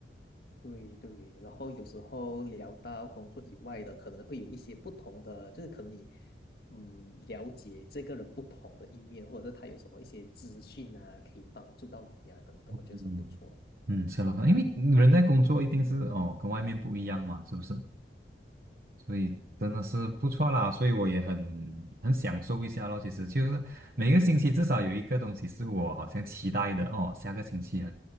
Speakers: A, on the left; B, on the right.
A: 对对，然后有时候聊到工作以外的，可能会有一些不同的，就是可能你嗯了解这个人不同的一面，或者是他有什么一些资讯啊，可以帮助到你啊等等，
B: 嗯。
A: 我觉得是很不错的。
B: 嗯，是了，因为人在工作一定是哦，跟外面不一样嘛，是不是？所以真的是不错啦，
A: 嗯，
B: 所以我也很很享受一下咯。其实就是每个星期至少有一个东西是我好像期待的哦，下个星期啊，